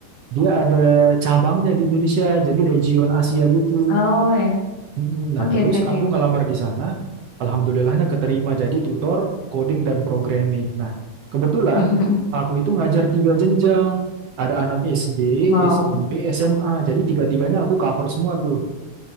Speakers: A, on the right; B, on the left.
A: Dia ada cabangnya di Indonesia, jadi region Asia gitu.
B: Oh ya.
A: Mm-mm. Nah,
B: Oke,
A: terus
B: oke,
A: aku
B: oke.
A: ngelamar di sana, alhamdulillahnya keterima jadi tutor coding dan programming. Nah, kebetulan
B: Mm-mm.
A: aku itu ngajar tiga jenjang. Ada anak SD,
B: Wow.
A: SMP, SMA. Jadi tiga-tiganya aku cover semua tuh.